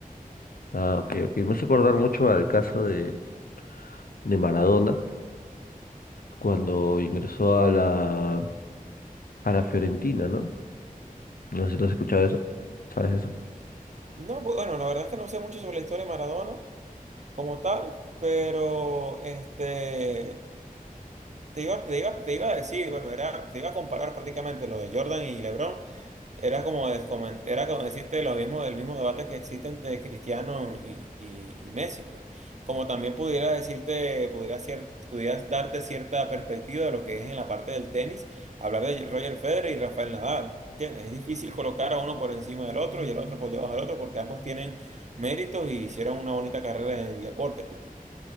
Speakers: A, on the left; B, on the right.
A: Ah, ok, ok. Me hace acordar mucho al caso de, de Maradona cuando ingresó a la, a la Fiorentina, ¿no? No sé si tú has escuchado eso. ¿Sabes eso
B: No, bu- bueno, la verdad es que no sé mucho sobre la historia de Maradona. como tal, pero este, te iba, te iba, te iba a decir, bueno, era, te iba a comparar prácticamente lo de Jordan y LeBron, era como, de- como en- era como decirte lo mismo del mismo debate que existe entre Cristiano y, y- y Messi, pues. Como también pudiera decirte, pudiera cier- pudieras darte cierta perspectiva de lo que es en la parte del tenis, hablar de Roger Federer y Rafael Nadal, ¿entiendes? Es difícil colocar a uno por encima del otro y el otro por debajo del otro porque ambos tienen méritos y hicieron una bonita carrera en el deporte, pues.